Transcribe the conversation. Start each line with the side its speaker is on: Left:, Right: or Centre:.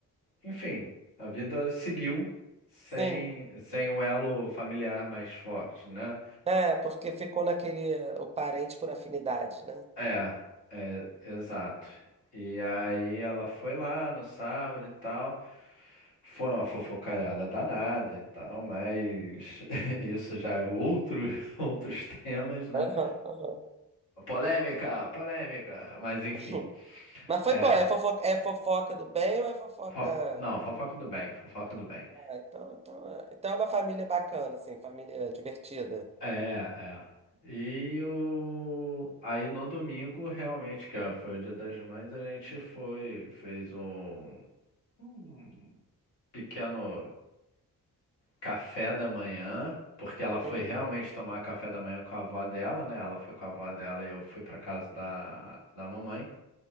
Left: Enfim, a vida seguiu sem,
Right: sim.
Left: sem um elo familiar mais forte, né?
Right: É, porque ficou naquele eh, o parente por afinidade, né?
Left: É, é, exato. E aí ela foi lá no sábado e tal. Foi uma fofocalhada danada e tal, mas <laughs> isso já é outro, <laughs> outros temas, né?
Right: Aham, <laughs>
Left: Polêmica, polêmica, mas enfim.
Right: aham. Mas foi
Left: É,
Right: bom, é fofoca, é fofoca do bem ou é fofoca.
Left: fo- não, fofoca do bem, fofoca do bem.
Right: Ah, então, então, é- então é uma família bacana, assim, família divertida.
Left: É, é. E o... aí no domingo, realmente, que é- foi o Dia das Mães, a gente foi, fez um, um pequeno café da manhã, porque ela foi
Right: Uhum.
Left: realmente tomar café da manhã com a avó dela, né? Ela foi com a avó dela e eu fui para casa da, da mamãe